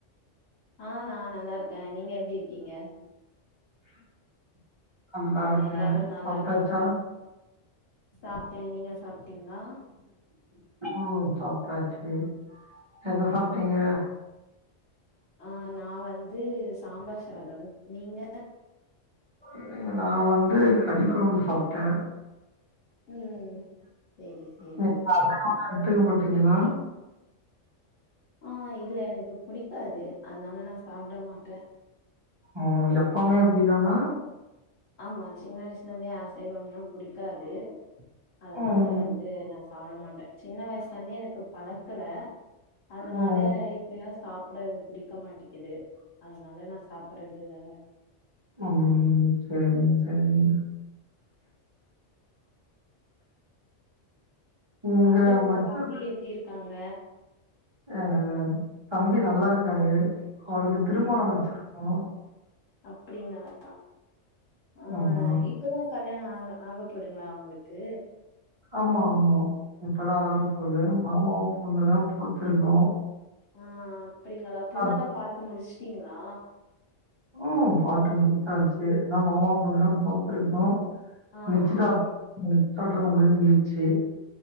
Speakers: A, on the left (about 80°); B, on the right (about 25°).
A: ஆ நா நல்லா இருக்கே நீங்க எப்டி இருக்கீங்க
B: நல்லா
A: ஆ
B: இருக்கே
A: எல்லாரு நல்லா
B: சாப்டாச்சா
A: இருக்காங்க சாப்ட்டே நீங்க சாப்ட்டீங்களா
B: ம் சாப்ட்டாச்சி என்ன சாப்ட்டீங்க
A: ஆ நா வந்து சாம்பார் சாதம் நீங்க
B: இல்லிங்க நா வந்து கறிகொழம்பு சாப்ட்டே
A: ம் சேரி சேரி
B: நீங்க அசைவம்லா எடுத்துக்க மாட்டீங்கன்னா
A: ஆ இல்ல எனக்கு புடிக்காது அதுனால நா சாப்ட மாட்டே
B: ம் எப்பமே இப்டிதானா
A: ஆமா சின்ன வயசுல இருந்தே அசைவம்னா புடிக்காது அதனால
B: ம்
A: வந் து நா சாப்ட மாட்டே சின்ன வயசுல இருந்தே எனக்கு பழக்கல அதனால
B: ம்
A: இப்பயு சாப்ட்றது புடிக்க மாட்டேக்கிது அதனால நா சாப்ட்றது இல்லங்க
B: ம் சேரிங்க சேரிங்க இங்க
A: அப்பறோ உங்க
B: மச்ச
A: தம்பி எப்டி இருக்காங்க
B: ஆ தம்பி நல்லா இருக்காரு அவருக்கு திருமணோ
A: ம்.
B: வச்சிருக்கோ
A: அப்டிங்களா ஆ
B: ஆமா
A: இப்பதா கல்யாணோ ஆக ஆக போதுங்களா அவங்களுக்கு
B: ஆமா ஆமா இப்பதா ஆகப்போது மாமா பொண்ணுதா பாத்துருக்கோ
A: ஆ அப்டிங்களா பொண்ணு
B: அத்
A: எல்லா பாத்து முடிச்ட்டீங்களா
B: ம் பாத்து முடிச்சாச்சி என்ன மாமா பொண்ணு தா பாத்துருக்கோ
A: ஆ.
B: நிச்யதாத் நிச்சியதார்தலா முடிஞ்சிரிச்சி